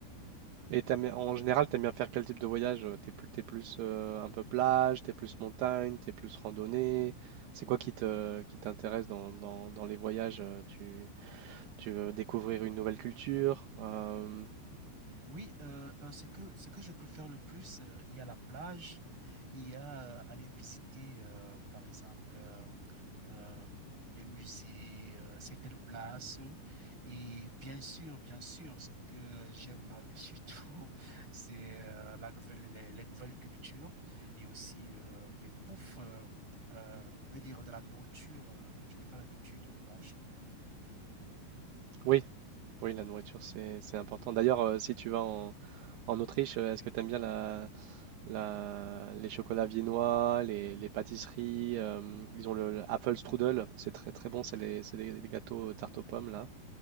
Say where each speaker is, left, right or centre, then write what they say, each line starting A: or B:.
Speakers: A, on the right; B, on the right.
A: Et t'aimes bien- en général, t'aimes bien faire quel type de voyage? Euh, T'es plus, t'es plus euh, un peu plage, t'es plus montagne, t'es plus randonnée. C'est quoi qui te, qui t'intéresse dans, dans- dans les voyages? euh, Tu, tu veux découvrir une nouvelle culture? Euh,
B: Oui, euh, euh, ce, que, ce que je préfère le plus, euh, il y a la plage, il y a euh, aller visiter, euh, par exemple, euh, euh, les musées, euh, certaines places. Et bien sûr, bien sûr, ce que j'aime par-dessus tout, <laughs> c'est euh, la nouvelle, les, les nouvelles cultures et aussi euh, des bouffes, euh, euh, je vais dire de la nourriture euh, que je n'ai pas l'habitude de manger.
A: oui, oui, la nourriture, c'est, c'est important. D'ailleurs, euh, si tu vas En Autriche, euh, est-ce que tu aimes bien la, la- les chocolats viennois, les, les pâtisseries euh, Ils ont le, Apple Strudel, c'est très très bon, c'est les, c'est des, des gâteaux tarte aux pommes là.